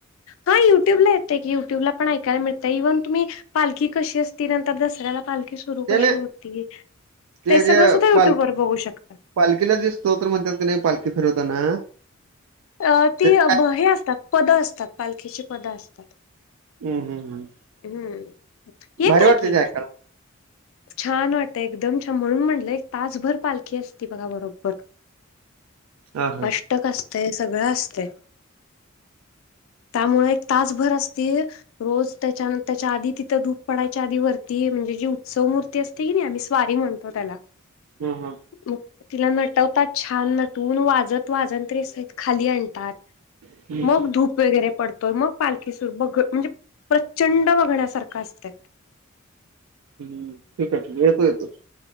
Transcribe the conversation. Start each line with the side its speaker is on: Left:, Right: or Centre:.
Left: हां युट्यूबला येतकी युट्यब ला पण ऐकायं मिळत इव्हन तुम्ही- पालखी कशी असती नंतर दसऱ्याला पालखी सुरू
Right: ते
Left: कशी
Right: नाही
Left: होती
Right: ते
Left: सगळं
Right: जे
Left: सुद्धा युट्यूब
Right: पाल
Left: वर बघू शकता.
Right: पालखीला जे स्तोत्र म्हणत्यात की नाही पालखी फिरवताना
Left: अं ती
Right: ते
Left: अभ
Right: काय
Left: हे असतात पदं असतात, पालखीची पदं असतात
Right: हम्म हम्म हम्म
Left: ह येतंकी
Right: भारी वाटते ते ऐकायला
Left: छान वाटंतय एकदम छान म्हणून म्हटलं एक तासभर पालखी असती बघा बरोबर
Right: हा हा
Left: अष्टक असतयं सगळं असतंय त्यामुळे एक तासभर असती रोज त्याच्यानंत त्याच्या आधी तिथं धूप पडायच्या आधी वरती म्हणजे जीव सव मूर्ती असतेंय कीनी आम्ही स्वारी म्हणतो त्याला
Right: ह, ह
Left: मग तिला नटवतात छान नटवूंन वाजत वाजंत्री सहित खाली आणतात
Right: हम्म.
Left: मग धूप प वगैरे पडतोय मग पालखीस बघ म्हणजे प्रचंड बघण्यासारखं असतंय
Right: ह ठीक आहे, ठीक आहे येतो, येतो